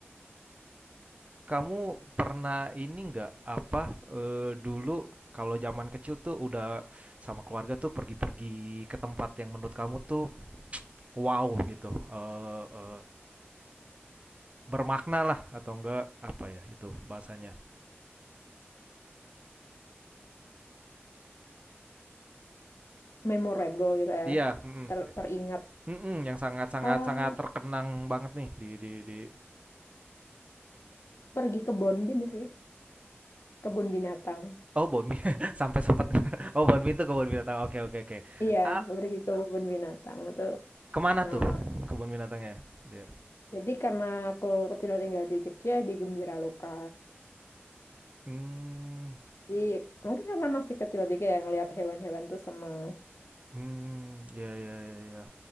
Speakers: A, on the right (about 30°); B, on the left (about 75°).
A: Kamu pernah ini nggak apa eh, dulu kalau zaman kecil tuh udah sama keluarga tuh pergi-pergi ke tempat yang menurut kamu tuh wow gitu eh, eh, bermakna lah atau enggak apa ya itu bahasanya?
B: memorable gitu
A: Iya,
B: ya
A: mm-mm.
B: ter- teringat
A: Mm-mm, yang sangat-sangat
B: ah
A: sangat terkenang banget nih di di di
B: pergi ke Bonbin sih kebun binatang
A: oh Bon Mie <laughs> sampai sempat <laughs> oh Bon Mie itu kebun binatang oke oke oke
B: iya
A: Ah,
B: pergi ke kebun binatang itu
A: kemana
B: nah,
A: tuh kebun binatangnya dia?
B: jadi karena aku kecil tinggal di Jogja di Gembira Loka
A: Hmm.
B: jadi mungkin karena masih kecil juga ya ngelihat hewan-hewan tuh seneng
A: Hmm, ya, ya, ya, iya.